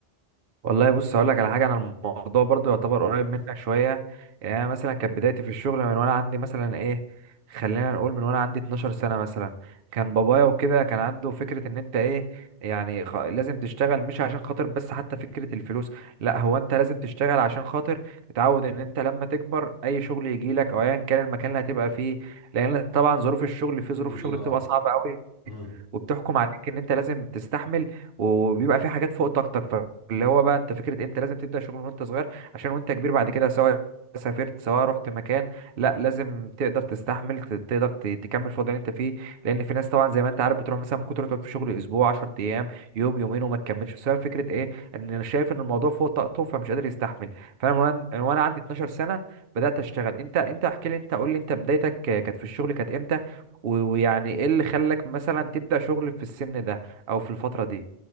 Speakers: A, on the right; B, on the left.
A: والله بص هقول لك على حاجه انا الموضوع برضو يعتبر قريب منك شويه يعني انا مثلا كانت بدايتي في الشغل من وانا عندي مثلا ايه خلينا نقول من وانا عندي 12 سنه مثلا كان بابايا وكده كان عنده فكره ان انت ايه يعني خ... لازم تشتغل مش عشان خاطر بس حتى فكره الفلوس لا هو انت لازم تشتغل عشان خاطر تتعود ان انت لما تكبر اي شغل يجي لك او ايا كان المكان اللي هتبقى فيه لان طبعا ظروف الشغل في
B: تدي
A: ظروف
B: فيه
A: شغل
B: اه
A: بتبقى صعبه قوي
B: مم.
A: وبتحكم عليك ان انت لازم تستحمل وبيبقى في حاجات فوق طاقتك اللي هو بقى انت فكره انت لازم تبدا شغل وانت صغير عشان وانت كبير بعد كده سواء سافرت سواء رحت مكان لا لازم تقدر تستحمل ت- تقدر ت- تكمل في الوضع اللي انت فيه لان في ناس طبعا زي ما انت عارف بتروح مثلا ممكن تروح تقعد في شغل اسبوع 10 ايام يوم يومين وما تكملش بسبب فكره ايه ان انا شايف ان الموضوع فوق طاقته فمش قادر يستحمل فانا من وانا من وانا عندي 12 سنه بدات اشتغل انت انت احكي لي انت قول لي انت بدايتك كانت في الشغل كانت امتى و- ويعني ايه اللي خلاك مثلا تبدا شغل في السن ده او في الفتره دي